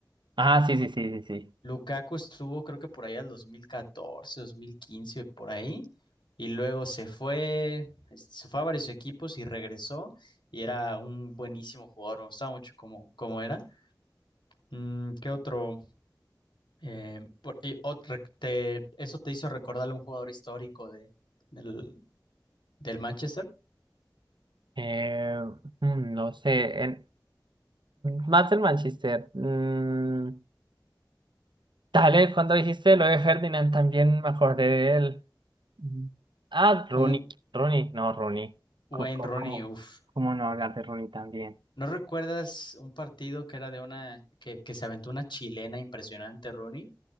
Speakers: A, on the right; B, on the left.
A: Ah, sí, sí, sí, sí, sí.
B: Lukaku estuvo creo que por ahí al 2014, 2015, por ahí. Y luego se fue, este, se fue a varios equipos y regresó y era un buenísimo jugador, me gustaba mucho cómo, cómo era. Mm, ¿qué otro? Eh, por- y ot- rec- te- eso te hizo recordarle a un jugador histórico de, del, del Manchester,
A: Eh, mm, no sé, en- más del Manchester. Mm, dale, cuando dijiste lo de Ferdinand también me acordé de él. Mm. Ah, Rooney,
B: un
A: Rooney, no, Rooney. Co-
B: Wayne
A: co-
B: Rooney.
A: ¿Cómo,
B: uf.
A: cómo no hablar de Rooney también?
B: ¿No recuerdas un partido que era de una que, que se aventó una chilena impresionante, Rooney?